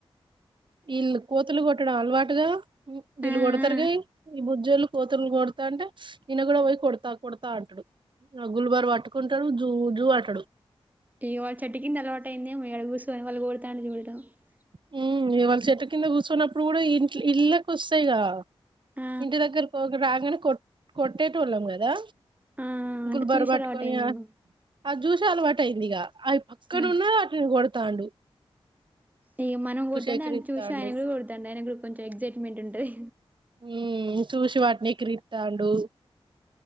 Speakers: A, on the right; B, on the right.
A: వీల్‌ కోతులు కొట్టడం అలవాటుగా వీళ్ళు
B: ఆ
A: కొడతారు
B: ఆ.
A: కా ఈ బుజ్జోలు కోతులు కొడతా ఉంటే ఈయన కూడా పోయి కొడతా కొడతా అంటాడు గుల్బరు పట్టుకుంటాడు జూ జూ అట్టడు
B: ఇగ వాళ్ళ చెట్టు కింద అలవాటయిందేమో <unintelligible>
A: హ్మ్ ఇవాళ చెట్టు కింద కూర్చున్నప్పుడు కూడా ఇ ఇళ్ళకి వస్తాయిగా
B: ఆ.
A: ఇంటి దగ్గర రాగానే కొట్ కొట్టేటోళ్ళం కదా
B: ఆ అంటే
A: గుల్బర్
B: చూసి
A: పట్కొని
B: అలవాటయిందేమో.
A: ఆ జూస్ అలవాటు అయింది ఇగ అవి పక్కన
B: ఆ.
A: ఉన్న వాటిని కొడతాడు
B: ఇక మనం కొట్తనే
A: ఎక్కిరిత్తాండు
B: ఆయన చూసి ఆయన కూడా కొట్తాండు ఆయన కూడా కొంచెం ఎగ్సైట్మెంట్ ఉంటయ్
A: ఉమ్ చూసి వాటిని ఎక్కిరిత్తాండు.